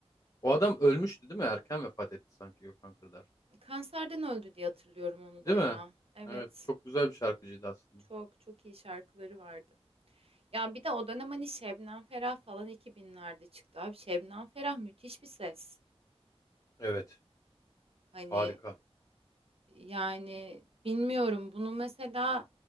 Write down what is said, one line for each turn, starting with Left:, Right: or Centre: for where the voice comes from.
Left: O adam ölmüştü değil mi? Erken vefat etti sanki Gökhan Kırdar.
Right: Kanserden öldü diye hatırlıyorum onu
Left: Değil
Right: da ya.
Left: mi?
Right: Evet.
Left: Evet, çok güzel bir şarkıcıydı aslında.
Right: Çok çok iyi şarkıları vardı. Ya bir de o dönem hani Şebnem Ferah falan 2000'lerde çıktı abi. Şebnem Ferah müthiş bir ses.
Left: Evet,
Right: Hani
Left: harika.
Right: yani bilmiyorum bunu mesela